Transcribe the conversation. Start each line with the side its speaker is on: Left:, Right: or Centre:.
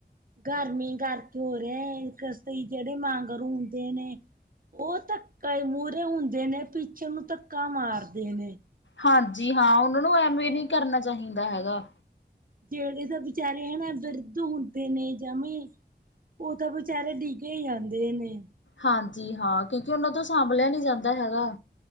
Right: ਗਰਮੀ ਕਰਕੇ ਹੋ ਰਿਹਾ <unintelligible> ਜਿਹੜੇ ਵਾਂਗਰ ਹੁੰਦੇ ਨੇ। ਉਹ ਧੱਕ ਮੂਹਰੇ ਹੁੰਦੇ ਨੇ ਪਿੱਛੇ ਨੂੰ ਧੱਕਾ ਮਾਰਦੇ ਨੇ।
Left: ਹਾਂਜੀ ਹਾਂ, ਉਹਨਾਂ ਨੂੰ ਐਵੇਂ ਨ੍ਹੀਂ ਕਰਨਾ ਚਾਹੀਦਾ ਹੈਗਾ।
Right: ਜਿਹੜੇ ਤਾਂ ਵਿਚਾਰੇ ਹੇਨਾਂ ਬਿਰਧ ਹੁੰਦੇ ਨੇ ਜਵੇਂ ਉਹ ਤਾਂ ਵਚਾਰੇ ਡਿੱਗੇ ਹੀ ਜਾਂਦੇ ਨੇ।
Left: ਹਾਂਜੀ ਹਾਂ, ਕਿਉਂਕਿ ਉਹਨਾਂ ਤੋਂ ਸਾਂਭਲਿਆ ਨੀ ਜਾਂਦਾ ਹੈਗਾ।